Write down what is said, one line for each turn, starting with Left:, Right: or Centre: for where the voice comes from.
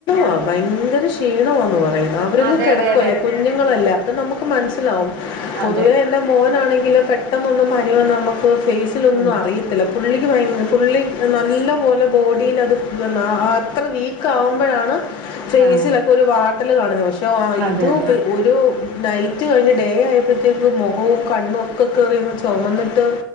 Left: ആ
Right: ഇ-
Left: ഭയങ്കര ക്ഷീണമാന്നു പറയുന്നു അവരങ്ങ്
Right: അതെ
Left: കിടക്കുല്ലേ
Right: അതെ അതെ
Left: കുഞ്ഞുങ്ങളല്ലേ അപ്പം നമുക്ക് മനസ്സിലാവും. പൊതുവേ
Right: അതെ
Left: എന്റെ മോനാണെങ്കില് പെട്ടെന്നൊന്നും പനി വന്നാ നമുക്ക് ഫേസില് ഒന്നും
Right: ഉം
Left: അറിയ പുള്ളിക്ക് ഭയ് പുള്ളി നല്ല പോലെ ബോഡിൽ അത് ആ അത്ര വീക്ക ആകുമ്പോഴാണ് ഫേസിലൊക്കെ
Right: ആഹ്
Left: ഒരു വാട്ടല് കാണുന്നെ. പക്ഷേ
Right: അതെ
Left: ഇതു
Right: അതെ
Left: ഒരു നൈറ്റ് കഴിഞ്ഞ് ഡേ ആയപ്പഴ്‌ ത്തേക്ക് മുഖവും കണ്ണും ഒക്കെ കേറിയങ്ങ് ചൊമന്നിട്ട്